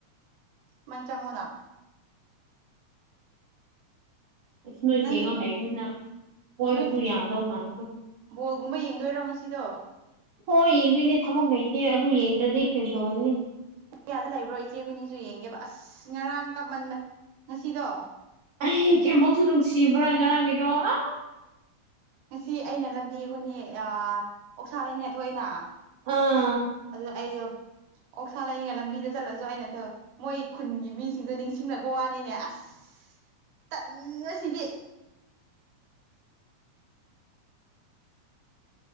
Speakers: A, on the right; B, on the right.
A: ꯃꯥꯟ ꯆꯪꯉꯨꯅꯥ
B: ꯑꯁ ꯅꯣꯏ
A: ꯅꯪꯗꯤꯕꯨ
B: ꯆꯦꯒ ꯂꯩꯕꯅꯤꯅ ꯀꯣꯏꯕꯁꯨ
A: ꯅꯣꯏ
B: ꯌꯥꯗꯧ ꯃꯥꯥꯟꯗꯦ
A: ꯕꯣꯜꯒꯨꯝꯕ ꯌꯦꯡꯗꯣꯏꯔꯣ ꯉꯁꯤꯗꯣ
B: ꯍꯣꯏ ꯌꯦꯡꯗꯣꯏꯅꯦ ꯊꯕꯛ ꯂꯩꯇꯦ ꯑꯗꯨ ꯌꯦꯡꯗ꯭ꯔꯗꯤ ꯀꯩꯗꯧꯔꯨꯅꯤ꯫
A: ꯀꯌꯥꯗ ꯂꯩꯕ꯭ꯔꯣ ꯏꯆꯦ ꯈꯣꯏꯅꯤꯁꯨ ꯌꯦꯡꯒꯦꯕ ꯑꯁ ꯉꯔꯥꯡ ꯀꯞꯃꯟꯕ ꯉꯁꯤꯗꯣ
B: ꯑꯩ ꯀꯌꯥꯃꯨꯛꯁꯨ ꯅꯨꯡꯁꯤꯕ꯭ꯔꯥ ꯉꯔꯥꯡꯒꯤꯗꯣ ꯑꯥ
A: ꯉꯁꯤ ꯑꯩꯅ ꯂꯝꯕꯤ ꯈꯣꯏꯅꯤ ꯑꯥ ꯑꯣꯛꯁꯥ ꯂꯩꯅꯦ ꯊꯣꯛꯑꯦꯅ
B: ꯑꯥ
A: ꯑꯗꯨ ꯑꯩꯗꯣ ꯑꯣꯛꯁꯥ ꯂꯩꯅꯤꯡꯉꯥꯏ ꯂꯝꯕꯤꯗ ꯆꯠꯂꯁꯨ ꯑꯩꯅ <unintelligible> ꯃꯣꯏ ꯈꯨꯟꯒꯤ ꯃꯤꯁꯤꯡꯗꯣ ꯅꯤꯡꯁꯤꯡꯂꯛꯄ ꯋꯥꯅꯤꯅꯦ ꯑꯁ ꯇꯟꯉꯁꯤꯗꯤ